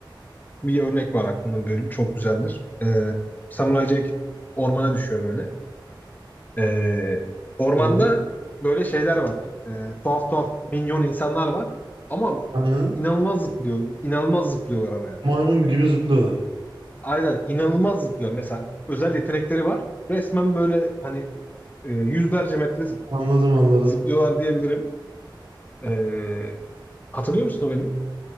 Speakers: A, on the left; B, on the right.
A: bir örnek var aklımda bölüm. Çok güzeldir. Ee, Samurai Jack ormana düşüyor böyle. Ee, ormanda
B: Aynen.
A: böyle şeyler var. Ee, tuhaf tuhaf minyon insanlar var. Ama
B: Aynen.
A: inanılmaz zıplıyor. inanılmaz zıplıyorlar ama yani.
B: Maymun gibi zıplıyorlar.
A: Aynen inanılmaz zıplıyor. Mesela özel yetenekleri var. Resmen böyle hani e, yüzlerce metre
B: Anladım anladım.
A: zıplıyorlar diyebilirim. Ee, hatırlıyor musun o bölümü?